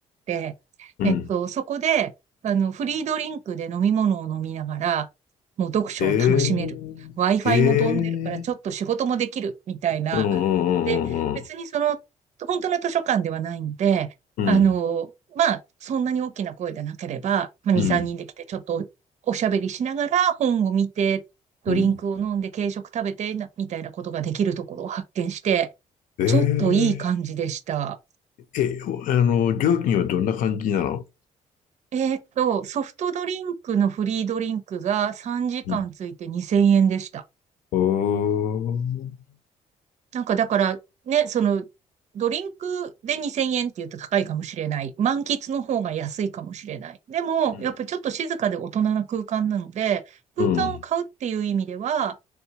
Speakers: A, on the right; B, on the left.
A: て、
B: うん。
A: えっと、
B: うん。
A: そこで、あの、フリードリンクで飲み物を飲みながら、もう読書を楽しめる。
B: へ
A: Wi-Fi
B: え。へえ。
A: も飛んでるから、ちょっと仕事もできる、みたいな、
B: うんうんうん
A: で、別にその、本当の図書館ではないんで、
B: うんうん。
A: あの、まあ、そんなに大きな声でなければ、まあ、
B: うん。
A: 2、3人で来て、ちょっとおおしゃべりしながら本を見て、ドリンクを飲んで、
B: うん。うん
A: 軽食食べてな、みたいなことができるところを発見して、
B: え
A: ちょっといい感じでした。
B: え。え、おあの、料金はどんな感じなの
A: えーっと、ソフトドリンクのフリードリンクが3時間ついて2000円でした。
B: うん。おー。
A: なんかだからね、その、ドリンクで2000円って言うと高いかもしれない。満喫の方が安いかもしれない。
B: うん。
A: でも、
B: うん。
A: やっぱちょっと静かで大人な空間なので、
B: うん。
A: 空間を買うっていう意味では、